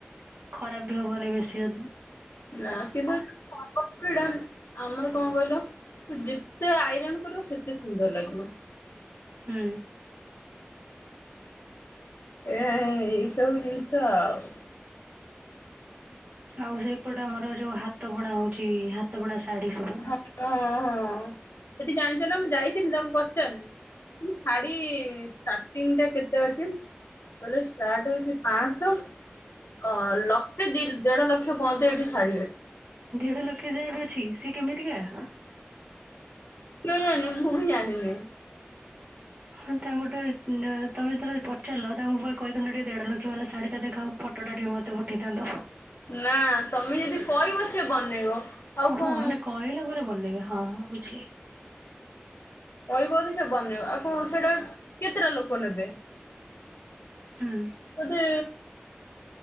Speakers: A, on the right; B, on the left.
A: ଖରାପ ବି ହବନେଇ ବେଶୀ ଅ
B: ନାଁ କିନ୍ତୁ ସମ୍ବଲପୁରୀଟା ଆମର କଁ କଇଲ ଯେତେ ଆଇରନ୍ କରିବ ସେତେ ସୁନ୍ଦର ଲାଗିବ।
A: ହୁଁ।
B: ଏଇଆ ଏଇସବୁ ଜିନିଷ ଆଉ।
A: ଆଉ ହେଇପଟେ ଆମର ଯୋଉ ହାତ ବୁଣା ହଉଚି ହାତ ବୁଣା ଶାଢ଼ୀ ସବୁ
B: ହା ହଁ ହଁ ଏଠି ଜାଣିଚ ନାଁ ମୁଁ ଯାଇଥିଲିନି ତାଙ୍କୁ ପଚାର୍ ଶାଢ଼ୀ ଷ୍ଟାର୍ଟିଂଟା କେତେ ଅଛି। କଇଲେ ଷ୍ଟାର୍ଟ ହଉଚି ପାଁଶ ଅ ଲକ୍ଷେ ଦି ଦେଢ଼ ଲକ୍ଷ ପଅନ୍ତ ଏଠି ଶାଢ଼ୀ ଅ
A: ଦେଢ଼ ଲକ୍ଷ ଯାଏ ବି ଅଛି ସିଏ କେମିତିକା?
B: କେଜାଣ ମୁଁ ବି ଜାଣିନି।
A: ହଁ ତାଙ୍କୁ ଗୋଟେ ଉଁ ତମେ ଯେତେବେଳେ ପଚାରଲ ତାଙ୍କୁ ବହେ କହିଥାନ୍ତ ଟିକେ ଦେଢ ଲକ୍ଷ ବାଲା ଶାଢୀଟା ଦେଖାଅ ଫ ଫଟୋଟା ଟିକେ ମତେ ପଠେଇଥାନ୍ତ।
B: ନା ତମେ ଯଦି କହିବ ସେ ବନେଇବ ଆଉ
A: ଓହୋ
B: କଣ
A: ମାନେ କହିଲା ପରେ ବନେଇବେ ହଁ ହଁ ବୁଝିଲି। ହ
B: କହିବକି ସେ ବନେଇବ ଆଉ କଣ ସେଟା ବି କେତେଟା ଲୋକ ନେବେ?
A: ହୁଁ।
B: ବୋଧେ